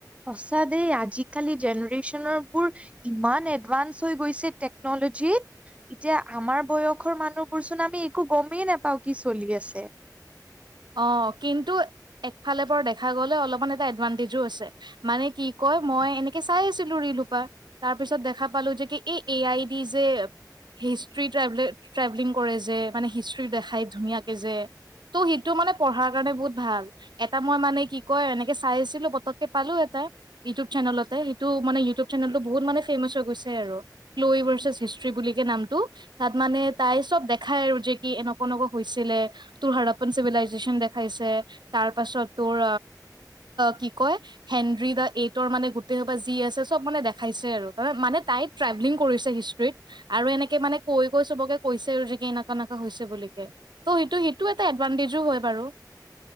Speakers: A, on the right (about 15°); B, on the right (about 85°).
A: সঁচা দেই, আজিকালি জেনেৰেচনৰ বোৰ ইমান এডভান্স হৈ গৈছে টেক- নলজিত। এতিয়া আমাৰ- বয়সৰ মানুহবোৰ চোন আমি একো গমেই নাপাওঁ, কি চলি আছে।
B: অঁ', কিন্তু একফালে পৰা দেখা গ'লে অলপমান এটা এডভান্টেজো আছে। মানে কি কয় মই এনেকে চাই আছিলো ৰিল সোপা- তাৰ পিছত দেখা পালো যে কি এই এ আই ডি যে- হিষ্টি ট্ৰেভল, ট্ৰেভেলিং কৰে যে মানে হিষ্ট্ৰি দেখাই ধুনীয়াকে যে ত' সেই- টো মানে পঢ়াৰ কাৰণে বহুত ভাল। এটা মই মানে কি কয় এনেকে চাই আছিলো পতককে পালো এটা- ইউটিউব চেনেলতে, সেইটো মানে ইউটিউব চেনেলটো বহুত মানে ফেমাচ হৈ গৈছে আৰু। ল <unintelligible> ভাৰ্চছ হিষ্ট্ৰি বুলিকে নামটো। তা'ত মানে তাই চব দেখাই আৰু যে কি এনেকুৱা-এনেকুৱা হৈছিলে তোৰ হাৰত। চিভিলাইজেচন দেখাইছে, তাৰ পাছত তোৰ কি কয়- হেনৰি দা এইটৰ মানে গোটেই সোপা যি আছে চব মানে দেখাইছে আৰু। ত' মানে তাই- ট্ৰেভেলিং কৰিছে হিষ্ট্ৰীত। আৰু এনেকে মানে কৈ কৈ চবকে কৈছে আৰু যে কি এনেকুৱা এনেকুৱা হৈছে বুলিকে। ত' সেইটো সেইটো এডভানটেজো হয় বাৰু।